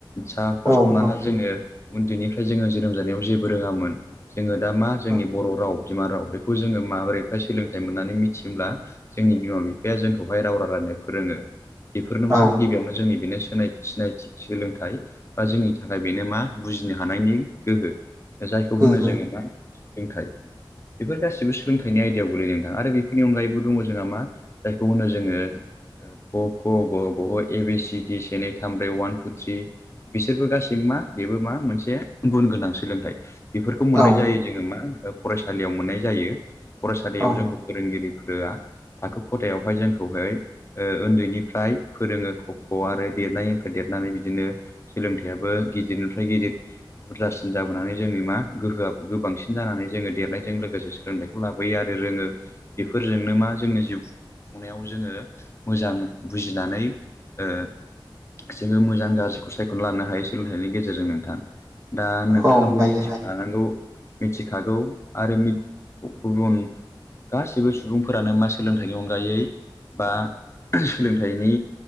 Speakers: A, on the left; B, on the right.
A: साफस
B: औ
A: हमनाला
B: औ
A: जोङो उन्दैनिफ्राय जोङो जोनोम जानायाव जेबो रोङामोन जोङो दा मा जोंनि
B: औ
A: बर' राव बिमा राव बेखौ जोङो माबोरैहाय सोलोंथाइ मोननानै मिथियोब्ला जोंनि बिमा बिफाया जोंखौहाय राव रायला नो फोरोङो, बेफोरनो मा
B: औ
A: गिबियावनो जोंनि बेनो सिनाय सिनायथि सोलोंथाइ बा जोंनि थाखाय बेनो मा बुजिनो हानायनि गोहो जायखौ
B: गोहो
A: होनो जोङो मा सोलोंथाइ बेफोर गासिबो सोलोंथाइनि आयदायाव गोलैयो नोंथां आरो बेफोरनि अनगायैबो दङ जोंहा मा जायखौ होनो जोङो क ख ग घ ए बि सि डि से नै था थाम ब्रै अवान टु थ्रि बिसोरबो गासिबबो मा बेबो मा मोनसे गुन गोनां सोलोंथाइ बेफोरखौ मोननाय
B: औ
A: जायो जोङो मा फरायसालियाव मोननाय जायो फरायसालियाव
B: औ
A: जोंखौ फोरोंगिरि ओआ थाखो खथायावहाय जोंखौहाय ओ उन्दैनिफ्राय फोरोङो अ खौ आरो देरनाय देरनानै बिदिनो सोलोंथाइयाबो गिदिरनिफ्राय गिदिर बुरजासिन जाबोनानै जोंनि मा गोहोआ बांसिन जानानै जोङो देरनायजों लोगोसे सोलोंथाइखौ लाबोयो आरो रोङो बेफोरजोंनो मा जोंनि जिउ खुंनायाव जोङो मोजां बुजिनानै ओ जोङो मोजां गाज्रिखौ सायखनानै लानो हायो सोलोंथाइनि गेजेरजों नोंथां। दा नोंथाङाबो
B: औ हायो
A: मिथिखानांगौ
B: हायो
A: मिथिखागौ आरो मि गुबुन गासैबो सुबुंफोरानो मा सोलोंथाइनि अनगायै बा सोलोंथाइनि